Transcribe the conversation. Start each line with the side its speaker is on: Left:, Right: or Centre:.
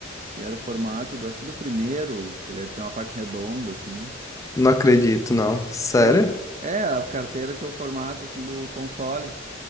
Right: e era o formato do, acho que do primeiro, que ele tinha uma parte redonda, assim.
Left: Não acredito, não. Sério?
Right: É. É, a carteira tinha o formato, assim, do console.